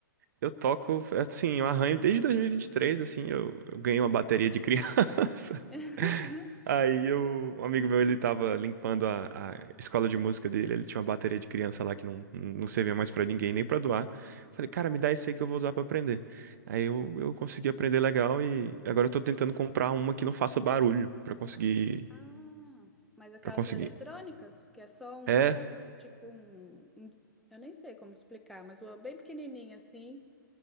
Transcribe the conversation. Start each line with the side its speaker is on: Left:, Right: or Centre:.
Right: Eu toco, assim, eu arranho desde 2023, assim, eu, eu ganhei uma bateria de criança. <laughs>
Centre: <laughs>
Right: Aí eu, um amigo meu, ele tava limpando a, a escola de música dele, ele tinha uma bateria de criança lá que não, não servia mais pra ninguém, nem pra doar. Falei, cara, me dá esse aí que eu vou usar pra aprender. Aí eu, eu consegui aprender legal e agora eu tô tentando comprar uma que não faça barulho pra conseguir,
Centre: Ah, mas aquelas
Right: para conseguir.
Centre: eletrônicas, que é só um,
Right: É,
Centre: tipo um, um- eu nem sei como explicar, mas uma bem pequenininha assim.